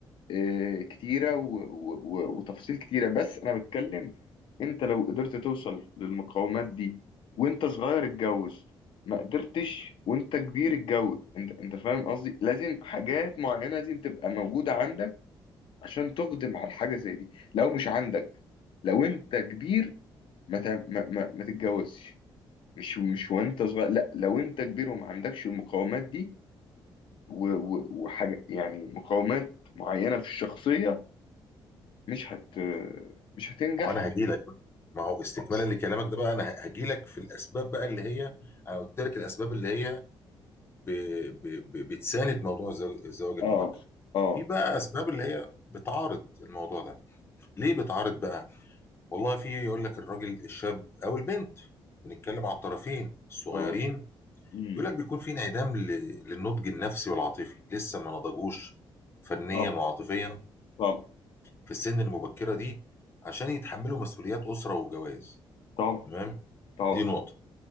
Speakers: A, on the left (about 65°); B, on the left (about 25°).
A: آه، كتيرة و... و... و... وتفاصيل كتيرة بس أنا بتكلم أنت لو قدرت توصل للمقاومات دي وأنت صغير اتجوز ما قدرتش وأنت كبير اتجوز أنت أنت فاهم قصدي لازم حاجات معينة لازم تبقى موجودة عندك عشان تقدم على حاجة زي دي لو مش عندك لو أنت كبير ما ت... ما... ما... ما تتجوزش مش مش وأنت صغير لا لو أنت كبير وما عندكش المقاومات دي و... و... وحاجة يعني مقاومات معينة في الشخصية مش هت مش هتنجح
B: انا هجي لك ما هو استكمالا
A: خالص.
B: لكلامك ده بقى انا هجي لك في الاسباب بقى اللي هي انا قلت لك الاسباب اللي هي ب... ب... ب... بتساند موضوع الزواج الزواج المبكر
A: اه اه
B: في بقى اسباب اللي هي بتعارض الموضوع ده ليه بتعارض بقى والله في يقول لك الراجل الشاب او البنت بنتكلم على الطرفين الصغيرين
A: اه امم
B: يقول لك بيكون في انعدام ل... للنضج النفسي والعاطفي لسه ما نضجوش فنيا
A: طبعا
B: وعاطفيا
A: طبعا
B: في السن المبكرة دي عشان يتحملوا مسؤوليات أسرة وجواز
A: طبعا
B: تمام
A: طبعا
B: دي نقطة